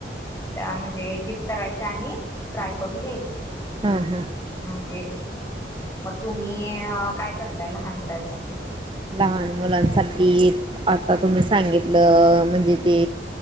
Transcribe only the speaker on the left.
त्यामध्ये डीप करायचे आणि फ्राय करून घ्यायचे.
म्हणजे मग तुम्ही काय करताय लहान मुलांसाठी?